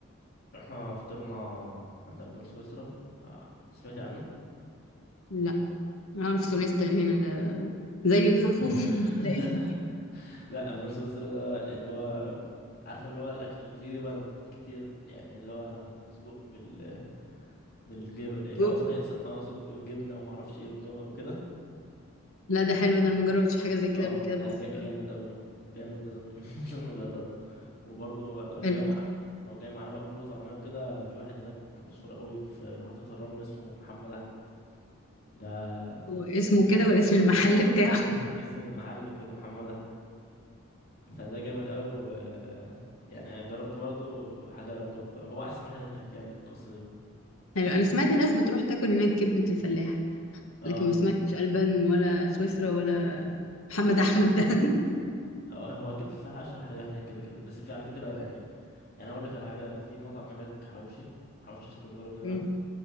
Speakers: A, on the left; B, on the left.
A: رحنا فطرنا عند البان سويسرا آه، سمعت عنه
B: لا اعرف سونيستر هنا ده زيه ده اخوه
A: <laughs>
B: <laughs> ولا ايه
A: لا البان سويسرا ده اللي هو عارفه اللي هو الاكل اللي فيه جبن كتير يعني اللي هو سجق بال بالجبن اللي
B: جو.
A: هو صينيه س- اه سجق بالجبنه وما اعرفش ايه والجو وكده
B: لا ده حلو ده انا مجربتش حاجه زي كده
A: اه
B: قبل كده
A: لا
B: بس
A: جا- جامد قوي جامد لازم <laughs> لازم نجربه وبرضه لو
B: حلو
A: جاي معانا لو جاي معانا بقى فول وطعميه وكده في واحد هناك مشهور قوي في محطه الرمل اسمه محمد احمد ده
B: واسمه كده ولا اسم المحل بتاعه
A: <laughs> اسم المحل كده محمد أحمد. فده جامد قوي و يعني انا جربت برضو حاجه طب هو احسن واحد هناك يعني في القصه دي
B: حلو انا سمعت ناس بتروح تاكل هناك كبده الفلاح
A: اه
B: لكن ما سمعتش البان ولا سويسرا ولا محمد احمد ده <laughs>
A: اه هو اكيد في اشهر حاجه هناك كده كده بس في على فكره يعني يعني اقول لك على حاجه في مطعم هناك حواوشي حواوشي اسكندراني ده
B: أمم،